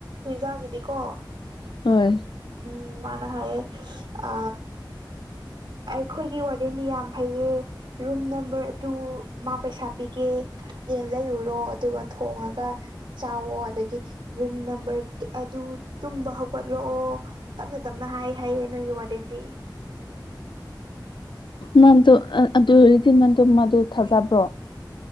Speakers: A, on the right; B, on the left.
A: ꯏꯖꯡꯒꯤꯗꯤꯀꯣ
B: ꯍꯣꯏ
A: ꯎꯝ ꯃꯥꯅ ꯍꯥꯏꯌꯦ ꯑ ꯑꯩꯈꯣꯏꯒꯤ ꯋꯥꯗꯦꯟꯗꯤ ꯌꯥꯝ ꯐꯩꯌꯦ ꯔꯨꯝ ꯅꯝꯕꯔ ꯑꯥꯇꯨ ꯃꯥ ꯄꯩꯁꯥ ꯄꯤꯒꯦ ꯀꯥꯏ ꯌꯦꯟ ꯂꯩꯔꯨꯔꯣ ꯑꯗꯨꯒ ꯊꯣꯡꯉꯒ ꯆꯥꯛꯋꯣ ꯑꯗꯒꯤ ꯔꯨꯝ ꯅꯝꯕꯔ ꯑꯗꯨ ꯇꯨꯝꯕ ꯍꯧꯒꯠꯂꯣ ꯑꯣ ꯇꯞꯅ ꯇꯞꯅ ꯍꯥꯏ ꯍꯥꯏꯌꯦ ꯅꯣꯏꯒꯤ ꯋꯥꯗꯦꯟꯗꯤ
B: ꯅꯟꯗꯨ ꯑꯥ ꯑꯗꯨ ꯑꯣꯏꯔꯗꯤ ꯅꯟꯗꯨ ꯃꯗꯨ ꯊꯥꯖꯕ꯭ꯔꯣ